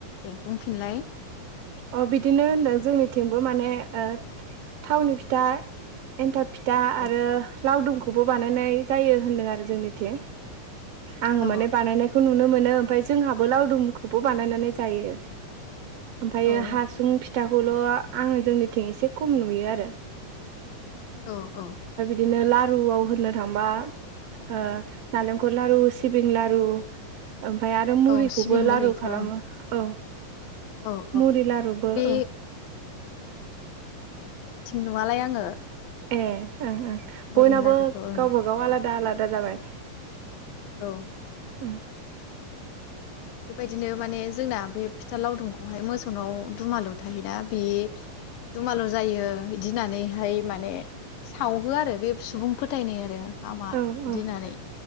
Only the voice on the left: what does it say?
दे बुंफिनलाय
औ
औ
औ
औ औ
औ सिबिंबो
होयोथ'
ओं
औ औ
बे
नुआलाय आङो
नरिन
लादुखौ ओं
औ
बेबायदिनो माने जोंना बे फिथा लावदुमखौहाय मोसौनाव दुमालु थायोना बे दुमालु जायो बिदि होननानैहाय माने सावहोआ आरो बे सुबुं फोथायनाय आरो हामा
इदि
होननानै